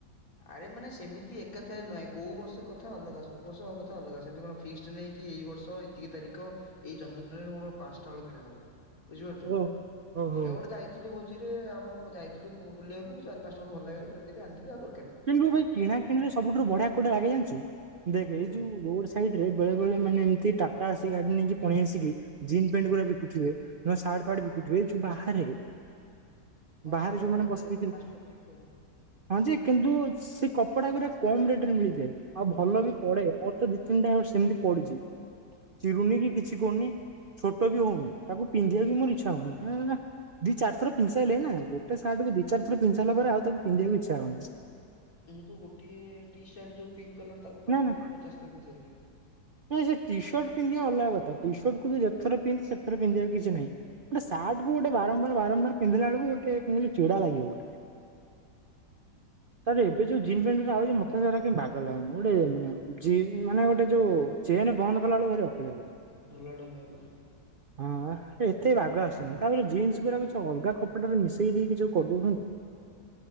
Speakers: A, on the left; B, on the right.
A: ଆରେ ମାନେ ସେମିତି ଏକଥାରେ ନୁହଁ କେଉଁ ବର୍ଷ କଥା ଅଲଗା ସବୁ ବର୍ଷ କଥା ଅଲଗା ସେମିତି କଣ ଫିକ୍ସଡ ନେଇହିଁ କି ଏଇ ବର୍ଷ ଏତିକି ତାରିଖ ଏଇ ଜନ୍ମଦିନରେ ମୋର ପାଞ୍ଚଟା ହେଳ କିଣା ହଉ ବୁଝିପାରୁଛ
B: ଓହୋ ଓହୋ
A: ଏଇ ଗୋଟେ ଯାଇ ଥିଲୁ ଭୋଜିରେମ ଯାଇଥିଲୁ ବୁଲିବାକୁାରି ପାଞ୍ଚ ଟଙ୍କା ଭଲ ଲାଗିଲ କିଣିଦେ ଆଣିିଲ ଆଉର
B: କିନ୍ତୁ ଏଇ କିଣା କିିଣିରେ ସବୁଠୁ ବଢିଆ କୋଟେ ଲଗି ଜାଣିଛୁ ଦେଖ
A: କୋଉଟା
B: ଏଇ ଯୋଉ ରୋଡ ସାଇଡ ରେ ବେଳେ ବଳେ ମାନେ ଏମିତି ଟାଟା ଆସ ଗାଡି ନେଇକି ପଣି ଆସିକି ଜିନ୍ ପଣ୍ଟ ଗୁଡା ବିକୁଥିବେ ନୂଆ ସାାର୍ଢ ଫାଡ ବିକୁଥିବ ଏ ଯୋଉ ବାହାରେ
A: ହଁ
B: ବାହାରେ
A: ସେଗୁଡା
B: ଯୋଉମାନେ
A: ଭଲ
B: ବସି ବିକ୍ରି
A: ଫାଷ୍ଟ କପି ବିିକନ୍ତି ଭଲ
B: ହଁ ଯେ କିନ୍ତୁ ସେ କପଡା ଗଟେ କମ ରେଟ ରେ ମିଳିଯାଏ ଆଉ ଭଲ
A: ହୁଁ
B: ବି ପଡେ ମୋର ତ ଦି ତିନିଟା ସେମିତି ପଡିଛି
A: ହୁଁ।
B: ଚିରୁନି କି କିଛି କରୁନି ଛୋଟ ବି ହଉନି ତାକୁ ପିନ୍ଧିବାକୁ ମୋର ଇଚ୍ଛା ହଉନି ଦି ଚାର ଥ ପିସାଇଲେ ନା ଗଟ ସଟକୁ ଦୁି ଚ ଥ ପିାଇଲା ପରେ ଆ ତାକୁିଧିବାକୁ ଇ୍ଛ ହଉନି
A: ମୁଁ ତ ଗୋଟିଏ ଟି ସାର୍ଟ ଯୋଉ ପିଙ୍କ୍ କଲର ତାକୁ
B: ନା
A: ପାଖାଖି
B: ନା।
A: ପଚାଶ ତର ପିନ୍ଧି ସାରିଲାଣି
B: ନାଇଁ ସେ ଟିସର୍ଟ ପିନ୍ଧିବା ଅଲଗା କଥା ଟି ସର୍ଟ କୁୁ ଯେଥର ପିଧି ସେଥର ପିନ୍ଧିବାକୁ କିଛି ନାହିଁ ଗୋଟେ ସାର୍ଟ କୁ ଗୋଟେ ବାରମ୍ବାର ବାରମ୍ବାର ପିନ୍ଧିଲା ବେଳକୁ ଗୋଟେ କଣ ଚିଡା ଲାଗିବ ଗୋଟେ। ତାର ଏବେ ଯୋଉ ଜିନ୍ ପଣ୍ଟ ଆଉଛି ମତୋ ବାାଗ ଲାଗନି ଗୋଟେ ମାନେ ମାନେ ଗୋଟେ ଯୋଉ। ଚେନ ବନ୍ଦ କଲା ବେଳକୁ ଭାର ଅକଳିଆ ହୋଉଛି।
A: ଢୋଲା ଢୋଲା ହେଉ।
B: । ହଁ ଏତେ ବାଗ ଆସୁନି ତାପରେ ଜିନ୍ସ ଗୁାଡାକ ଯୋଉ ଅଲଗା କପଡ଼ାଟାରେ ମିଶେଇ ଦେଇକି ଯୋଉ କରିଦଉଛନ୍ତି।